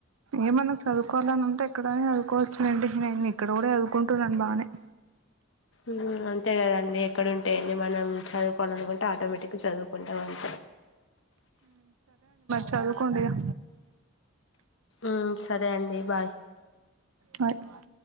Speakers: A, on the right (about 80°); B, on the left (about 60°).
A: ఏమన్నా చదువుకోవాలి అని ఉంటే ఎక్కడైనా చదువుకోవచ్చు లేండి నేను ఇక్కడ గూడా చదువుకుంటున్నాను బాగానే
B: ఉహు అంతే గదండి ఎక్కడ ఉంటే ఏంది మనం చదువుకోవాలనుకుంటే ఆటోమేటిక్గా చదువుకుంటాం అన్
A: చదువుకొండి ఇగా.
B: ఆ సరే అండి బాయ్.
A: బాయ్